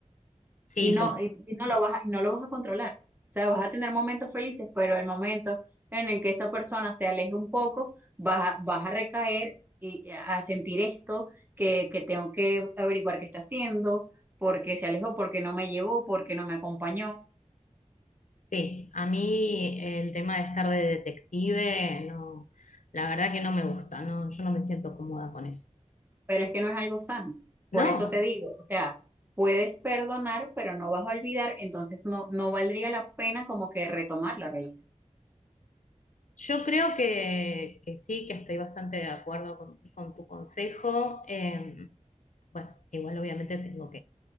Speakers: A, on the left; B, on the right.
A: Sí,
B: y no,
A: com-
B: y, y no lo vas a, y no lo vas a controlar. O sea, vas a tener momentos felices, pero el momento en el que esa persona se aleje un poco, vas a, vas a recaer y a sentir esto, que, que tengo que averiguar qué está haciendo, porque se alejó, porque no me llevó, porque no me acompañó,
A: sí, a mí el tema de estar de detective, no, la verdad que no me gusta, no, yo no me siento cómoda con eso.
B: pero es que no es algo sano.
A: No,
B: Por eso te digo, o sea, puedes perdonar, pero no vas a olvidar, entonces no, no valdría la pena como que retomar la relación.
A: yo creo que, que sí, que estoy bastante de acuerdo con, con tu consejo. Em, bueno, igual obviamente tengo